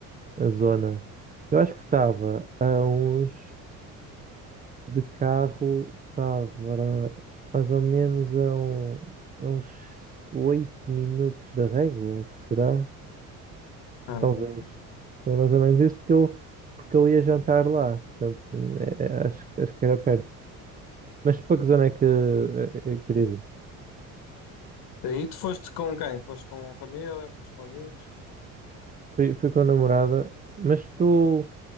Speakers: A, on the right; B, on the left.
A: a zona, eu acho que estava a uns de carro, estava mais ou menos a, um, a uns 8 minutos da régua, será?
B: Ah.
A: Talvez. Foi mais ou menos isso porque eu, porque eu ia jantar lá. Portanto, é, é, acho, acho que era perto. Mas para que zona é que é, é, querias ir?
B: Daí tu foste com quem? Foste com família? Foste com amigos?
A: Fui, fui com a namorada. Mas tu.